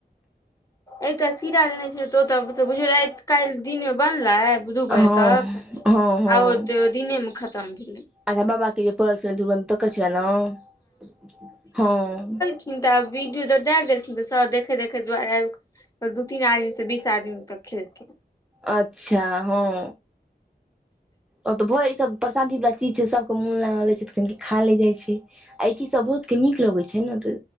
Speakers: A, on the left; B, in the centre.
A: एकटा सीरा लेनय छलय त ओ तै आब तऽ बुझयौ राएत काएल दिन में बनलै दू बजे
B: हँ
A: तक
B: हँ हँ
A: आ ओ त दिने मे खत्म भेलय।
B: अच्छा बाबा के जे परल छलय दुगो तकर छलय नै ओ हां।
A: खिन्ह त आब वीडियो तै दै देलखिन्ह सब देखय देखय के दुआरें ऐब तब दू-तीन आदमी से बीस आदमी तब खेल कै।
B: अच्छा हां। ओ तऽ भ ई सब परसादी वाला चीज छै सबके मुन लागल रहय छै त कनि खा लै जाए छै। ई ऐ चीज से बहुत के नीक लगय छै नै त